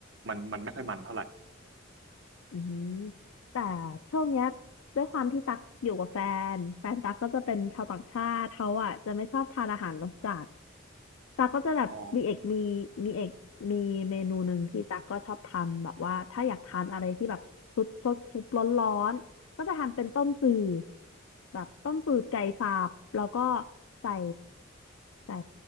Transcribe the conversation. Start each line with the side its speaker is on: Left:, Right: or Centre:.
Right: มันมันไม่ค่อยมันเท่าไหร่
Left: อืมแต่ช่วงเนี้ยด้วยความที่ตักอยู่กับแฟนแฟนตักก็จะเป็นชาวต่างชาติเขาอ่ะจะไม่ชอบทานอาหารรสจัดตักก็จะแบบมีเอกมีมีเอกมีเมนูหนึ่งที่ตักก็ชอบทำแบบว่าถ้าอยากทานอะไรที่แบบซุปซุปซุปร้อนร้อนก็จะทำเป็นต้มจืด
Right: อ๋อ
Left: แบบต้มจืดไก่สับแล้วก็ใส่ใส่